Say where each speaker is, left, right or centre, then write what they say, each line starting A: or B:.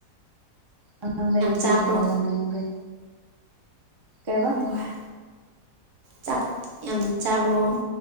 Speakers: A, on the right; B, on the right.
A: ꯑꯉꯥꯡ ꯗꯩꯗꯤ
B: ꯆꯥꯕ꯭ꯔꯣ
A: ꯕꫭꯜꯅꯥ ꯂꯨꯔꯦ ꯀꯩꯏꯕ
B: ꯍꯣꯏ ꯆꯥꯛ ꯌꯥꯝ ꯆꯥꯕꯔꫭ